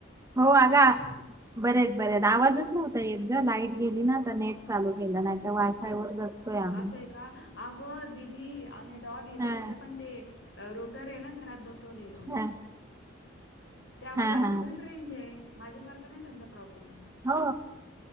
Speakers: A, on the right; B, on the left.
A: हो अगा बरे आहेत-बरे आहेत. आवाजच नव्हता एत ग लाईट गेली ना, तर नेट चालू केलं ना आता वाय-फाय. वर जगतोय आम्ही
B: असंय का अगं दिदी आणि डॉली
A: हा
B: त्यांचं पण ते रोटर आहे ना घरात बसवलेलं.
A: हा
B: त्यामध्ये
A: हा
B: त्याना
A: हा
B: फुल्ल रेंज आहे. माझ्यासारखं नाही त्यांचा प्रॉबलेम येत.
A: हो